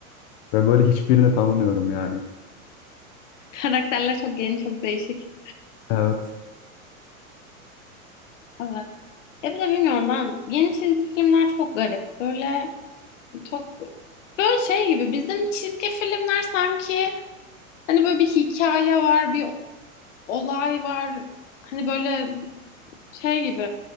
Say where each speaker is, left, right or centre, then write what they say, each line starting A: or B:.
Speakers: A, on the left; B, on the left.
A: Ve böyle hiçbirini tanımıyorum yani.
B: Karakterler çok yeni, çok değişik.
A: Evet.
B: Evet. Ya bir de bilmiyorum ben yeni çizgi filmler çok garip. Böyle çok böyle şey gibi bizim çizgi filmler sanki hani böyle bir hikaye var, bir olay var. Hani böyle şey gibi.